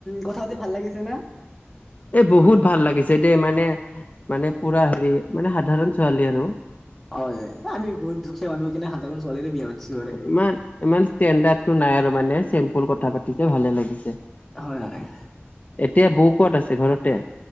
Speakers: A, in the centre; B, on the left.
A: কথা পাতি ভাল লাগিছে না?
B: এই বহুত ভাল লাগিছে দেই, মানে মানে পুৰা হেৰি মানে সাধাৰণ ছোৱালী আৰু।
A: হয়, আমি গৰীব দুখীয়া মানুহ সেই কাৰণে সাধাৰণ চোৱালীয়ে বিয়া পাতিছো আৰু।
B: ইমান ইমান ষ্টেণ্ডাৰ্ডটো নাই আৰু মানে চেম্পুল কথা পাতিছে ভালে লাগিছে।
A: হয় হয়
B: এতিয়া বৌ ক'ত আছে, ঘৰতে?